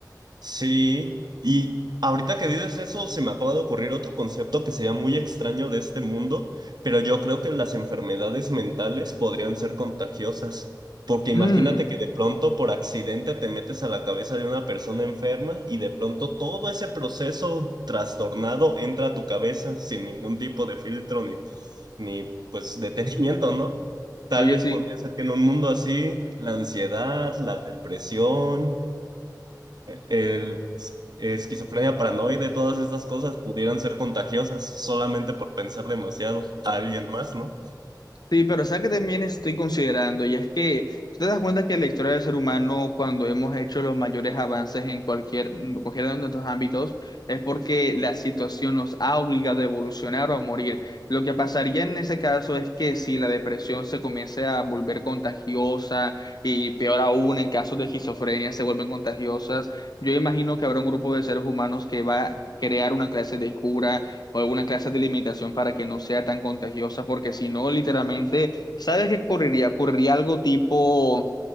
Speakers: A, on the right; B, on the left.
A: Sí, y ahorita que dices eso, se me acaba de ocurrir otro concepto que sería muy extraño de este mundo, pero yo creo que las enfermedades mentales podrían ser contagiosas, porque imagínate
B: Mm.
A: que de pronto por accidente te metes a la cabeza de una persona enferma y de pronto todo ese proceso trastornado entra a tu cabeza sin ningún tipo de filtro ni, ni pues detenimiento, ¿no? Tal
B: Oye,
A: vez
B: sí.
A: podría ser que en un mundo así, la ansiedad, la depresión, el esquizofrenia paranoide, todas estas cosas pudieran ser contagiosas solamente por pensar demasiado a alguien más, ¿no?
B: Sí, pero ¿sabes que también estoy considerando? Y es que si te das cuenta que la historia del ser humano, cuando hemos hecho los mayores avances en cualquier, en cualquiera de nuestros ámbitos, es porque la situación nos ha obligado a evolucionar o a morir. Lo que pasaría en ese caso es que si la depresión se comienza a volver contagiosa y peor aún en casos de esquizofrenia se vuelven contagiosas, yo imagino que habrá un grupo de seres humanos que va a crear una clase de cura o alguna clase de limitación para que no sea tan contagiosa, porque si no, literalmente, ¿sabes qué ocurriría? Ocurriría algo tipo,